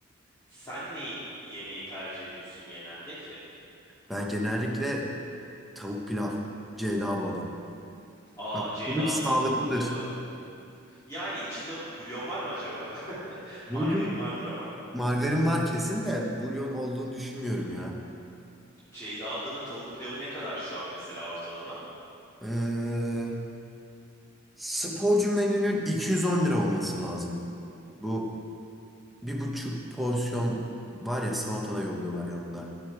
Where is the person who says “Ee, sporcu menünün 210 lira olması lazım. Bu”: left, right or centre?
Centre